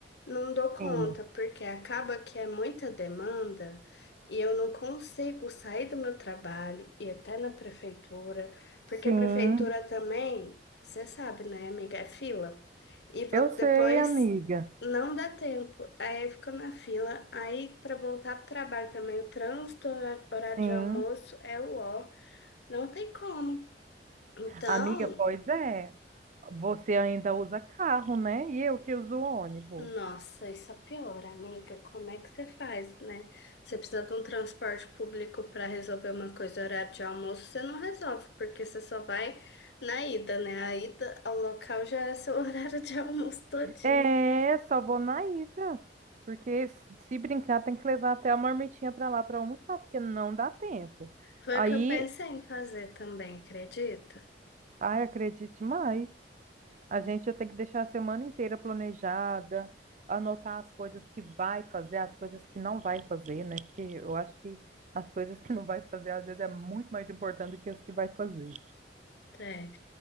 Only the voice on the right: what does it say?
sim,
sim.
Eu sei,
amiga.
Sim.
Amiga, pois é. Você ainda usa carro, né? E eu que uso ônibus.
É, só vou na ida. Porque se se brincar, tem que levar até a marmitinha pra lá pra almoçar, porque não dá tempo.
Aí,
ai, acredite mais. A gente já tem que deixar a semana inteira planejada, anotar as coisas que vai fazer, as coisas que não vai fazer, né? Porque eu acho que as coisas que não vai fazer, às vezes, é muito mais importante do que as que vai fazer.